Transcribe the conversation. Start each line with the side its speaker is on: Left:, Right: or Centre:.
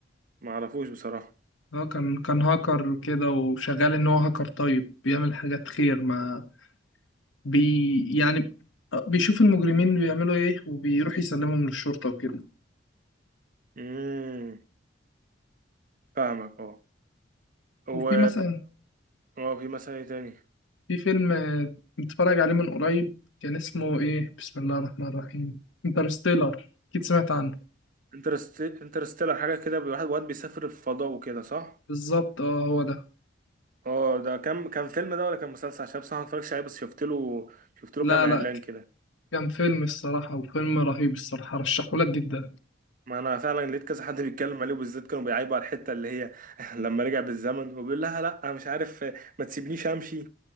Right: ما اعرفوش بصراحه
Left: هو كان كان هاكر كده وشغال إن هو هاكر طيب بيعمل حاجات خير مع بي يعني آه، بيشوف المجرمين بيعملوا إيه وبيروح يسلمهم للشرطة وكده
Right: امم فاهمك اه و
Left: وفي مثلا
Right: اه في مثلا ايه تاني
Left: في فيلم آه، متفرج عليه من قريب كان اسمه إيه بسم الله الرحمن الرحيم انترستيلر أكيد سمعت عنه
Right: انترست انترستيلر حاجه كده واحد واد بيسافر الفضاء وكده صح
Left: بالظبط اه هو ده
Right: اه ده كان كان فيلم ده ولا كان مسلسل عشان بصراحه ما اتفرجتش عليه بس شفت له شفت له
Left: لا
Right: كام اعلان
Left: لا
Right: كده
Left: كان فيلم الصراحة وفيلم رهيب الصراحة رشحهولك جدا
Right: ما انا فعلا لقيت كذا حد بيتكلم عليه وبالذات كانوا بيعيبوا على الحته اللي هي <laughs> لما رجع بالزمن وبيقول لها لا أنا مش عارف ما تسيبنيش امشي